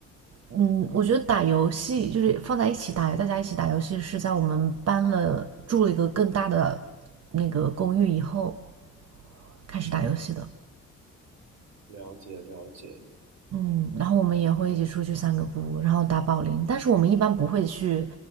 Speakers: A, on the right; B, on the right.
A: 嗯，我觉得打游戏就是放在一起打，大家一起打游戏是在我们搬了住了一个更大的那个公寓以后
B: 嗯，
A: 开始打游戏的。
B: 了解了解。
A: 嗯，然后我们也会一起出去散个步，然后打保龄，但是我们一般不会去